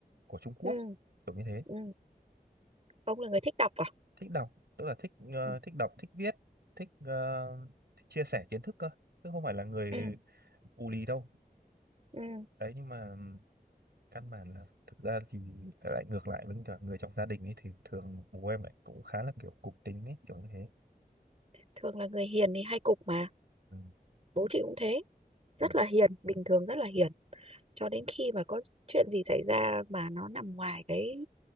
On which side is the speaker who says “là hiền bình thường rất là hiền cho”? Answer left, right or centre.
Right